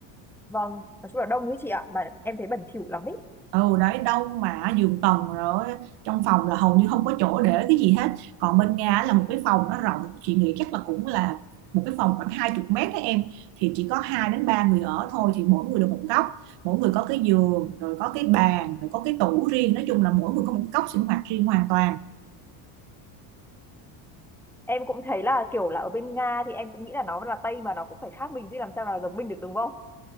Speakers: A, in the centre; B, on the right.
A: Vâng, nói chung là đông ấy chị ạ. Mà em thấy bẩn thỉu lắm ý.
B: ừ đấy đông mà giường tầng rồi trong phòng là hầu như không có chỗ để cái gì hết còn bên Nga là một cái phòng nó rộng chị nghĩ chắc là cũng là một cái phòng khoảng 20 mét đấy em thì chỉ có hai đến ba người ở thôi thì mỗi người được một góc mỗi người có cái giường rồi có cái bàn rồi có cái tủ riêng nói chung là mỗi người có một góc sinh hoạt riêng hoàn toàn
A: Em cũng thấy là kiểu là ở bên Nga thì em cũng nghĩ là nó là Tây mà nó cũng phải khác mình chứ làm sao là giống mình được đúng không?